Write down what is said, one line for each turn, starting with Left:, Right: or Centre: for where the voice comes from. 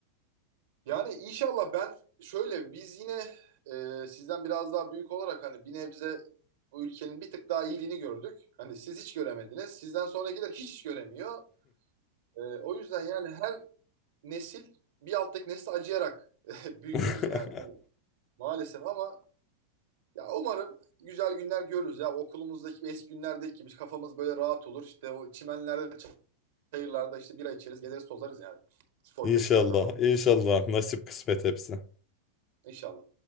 Right: Yani inşallah ben şöyle biz yine e, sizden biraz daha büyük olarak hani bir nebze bu ülkenin bir tık daha iyiliğini gördük. Hani siz hiç göremediniz. Sizden sonrakiler hiç hiç göremiyor. E, o yüzden yani her nesil bir alttaki nesle acıyarak <laughs> büyüyoruz
Left: <laughs>
Right: yani maalesef ama ya umarım güzel günler görürüz ya okulumuzdaki eski günlerdeki gibi kafamız böyle rahat olur. İşte o çimenlerde, çayırlarda işte bira içeriz, gezeriz, tozarız yani. Spor
Left: İnşallah,
Right: festlerde falan.
Left: inşallah. Nasip kısmet hepsi.
Right: İnşallah.